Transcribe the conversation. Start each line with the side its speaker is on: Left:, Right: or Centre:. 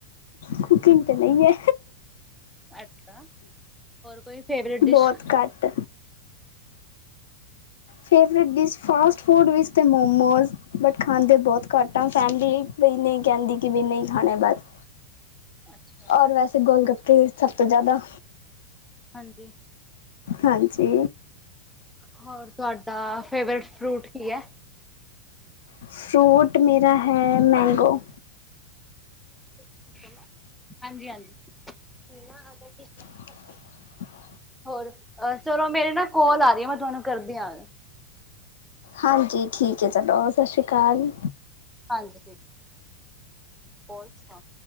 Left: ਕੁਕਿੰਗ ਤੇ ਨਹੀਂ ਐ।
Centre: ਅੱਛਾ, ਹੋਰ ਕੋਈ ਫੇਵਰੇਟ
Left: ਬਹੁਤ
Centre: ਡਿਸ਼।
Left: ਘੱਟ, ਫੇਵਰੇਟ ਡਿਸ਼ ਫਾਸਟ ਫੂਡ ਵਿੱਚ ਤੇ ਮੋਮੋਸ ਬਟ ਖਾਂਦੇ ਬਹੁਤ ਘੱਟ ਆ ਫੈਮਲੀ ਵੀ ਨਹੀਂ ਕਹਿੰਦੀ ਕਿ ਵੀ ਨਹੀਂ ਖਾਣੇ ਬਸ
Centre: ਅੱਛਾ
Left: ਔਰ ਵੈਸੇ ਗੋਲ ਗੱਪੇ ਸਭ ਤੋਂ ਜ਼ਿਆਦਾ।
Centre: ਹਾਂਜੀ,
Left: ਹਾਂਜੀ
Centre: ਹੋਰ। ਤੁਹਾਡਾ ਫੇਵਰੇਟ ਫਰੂਟ ਕੀ ਐ?
Left: ਫਰੂਟ ਮੇਰਾ ਹੈ ਮੈਂਗੋ।
Centre: ਹਾਂਜੀ-ਹਾਂਜੀ‌।
Left: <inaudible>
Centre: ਹੋਰ, ਅ ਚਲੋ ਮੇਰੇ ਨਾ ਕਾੱਲ ਆ ਰਹੀ ਹੈ ਮੈਂ ਤੁਹਾਨੂੰ ਕਰਦੀ ਹਾਂ।
Left: ਹਾਂਜੀ ਠੀਕ ਹੈ ਚਲੋ ਸਤਿ ਸ਼੍ਰੀ ਅਕਾਲ।
Centre: ਹਾਂਜੀ। ਹੋਰ ਸਣਾਓ।